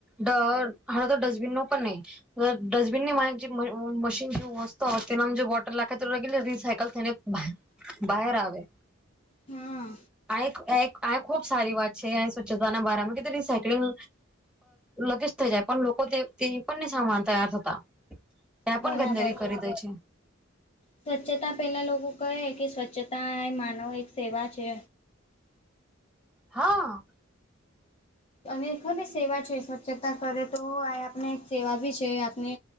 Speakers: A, in the centre; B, on the left.
A: ડ હણા તો ડસ્ટબિન નો પણ નહી. ડસ્ટબિન ની મા જે મ મશીન જે વસ્ત હો, તેના જે બોટલ લખે તો લગી રિસાયકલ થઈને બહાર આવે.
B: હા
A: આ એક એક ખુબ સારી વાત છે. સ્વચ્છતાના બારામાં કે રિસાાયક્લિંગ લગે જ થઈ જાય, પણ લોકો તે પણને સામાન તૈયાર થતા. ત્યાં
B: બરાબર
A: પણ ગંદનગરી કરી દે છે.
B: સ્વચ્છતા પહેલાં લોકો કહે, કે સ્વચ્છતા એ માનવ એક સેવા છે.
A: હા..
B: અને ખરી સેવા છે. સ્વચ્છતા કરે તો, આ આપણે એક સેવા ભી છે. આપને